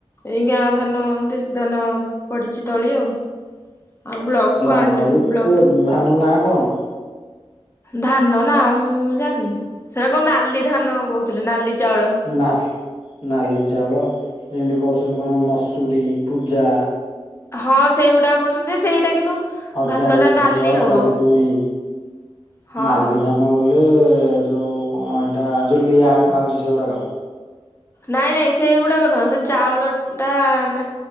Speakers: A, on the left; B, on the left.
A: ଏଇ ଗାଁ ଧାନ ଦେଶୀ ଧାନ ପଡିଚି ତଳି ଆଉ। ଆଉ ବ୍ଲକ କୁ
B: ଧାନ
A: ଆଣିନାହାନ୍ତି
B: ବୋଲି
A: ବ୍ଲକ
B: କୁ
A: ରୁ
B: ଧାନ ନାଁ କଣ?
A: ଧାନ ନାଁ ମୁଁ ଜାଣିନି ସେଟା କଣ ନାଲି ଧାନ କହୁଥିଲେ ନାଲି ଚାଉଳ।
B: ନାଁ ନାଲି ଚାଉଳ ଯେମିତି କହୁଚନ୍ତି କଣ ମସୁରୀ, ପୂଜା।
A: ହଁ ସେଇଗୁଡା କହୁଚନ୍ତି ଯେ ସେଇଟା କିନ୍ତୁ
B: ହଜାର
A: ଭାତ ଟା
B: ଏକ
A: ନାଲି
B: ହଜାର
A: ହବ
B: ଦୁଇ
A: ହଁ।
B: ନାଲି ଧାନ। ବଲେ ଯୋଉ କଣ ଏଇଟା ଯୋଉ ଲିଆ ଖାଉଛି ସେଗୁଡ଼ାକ।
A: ନାଇଁ ନାଇଁ ସେଗୁଡାକ ନୁହଁ ସେ ଚାଉଳ ଟା ନାଁ